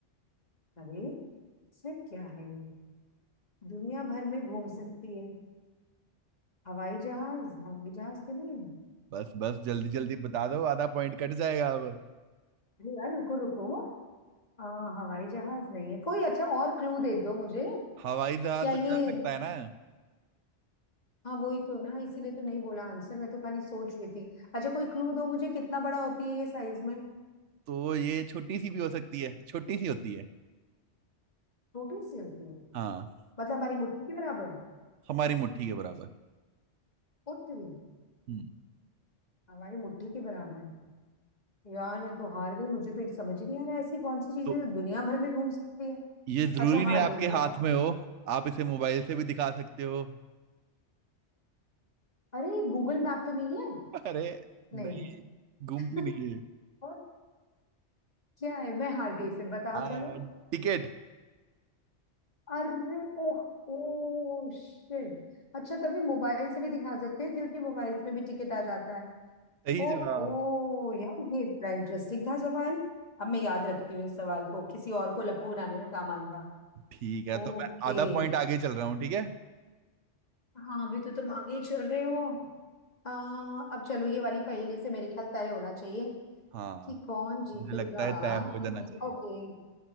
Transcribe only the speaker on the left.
अरे फिर क्या है ये दुनिया भर में घूम सकती है हवाई जहाज हवाई जहाज तो नहीं
अरे यार रुको रुको आ, हवाई जहाज नहीं है कोई अच्छा और क्लू दे दो मुझे
क्या
ये
हाँ वही तो ना इसीलिए तो नहीं बोला आंसर मैं तो खाली सोच रही थी अच्छा कोई क्लू दो मुझे कितना बड़ा होती है ये साइज में
छोटी सी होती है
मतलब हमारी मुट्ठी के बराबर है
उतनी
हमारी मुट्ठी के बराबर है यार मैं तो हार गई मुझे तो एक समझ ही नहीं आ रहा है, ऐसी कौन सी चीज
है जो दुनिया भर में घूम सकती है
अच्छा हार
गई बताओ
अरे गूगल मैप तो नहीं है
नहीं
<laughs>
और क्या है मैं हार गई फिर बताओ
चलो
अरे ओह ओ शिट अच्छा तभी मोबाइल से भी दिखा सकते हैं क्योंकि मोबाइल्स में भी टिकट आ जाता है
ओ
ओ यार ये बड़ा इंटरेस्टिंग था सवाल अब मैं याद रखती हूँ इस सवाल को किसी और को लप्पू बनाने में काम आएगा
ओके
हाँ अभी तो तुम आगे ही चल रहे हो आ, अब चलो ये वाली पहेली से मेरे ख्याल तय होना चाहिए
कि कौन जीतेगा
हम्म,
हम्म,
ओके